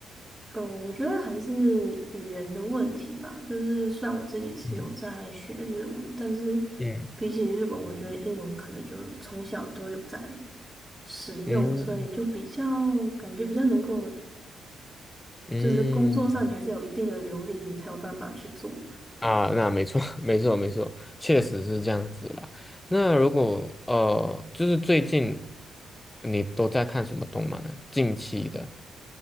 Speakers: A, on the right; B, on the left.
A: 嗯，我觉得还是语言的问题吧。就是虽然我自己是有在学日文，
B: 嗯
A: 但是
B: 嗯
A: 比起日本，我觉得英文可能就从小都有在使用，
B: 嗯
A: 所以就比较感觉比较能够，
B: 嗯。
A: 就是工作上你还是有一定的流利，你才有办法去做嘛。
B: 啊，那没错，<laughs> 没错，没错，确实是这样子啦。那如果呃，就是最近你都在看什么动漫呢？近期的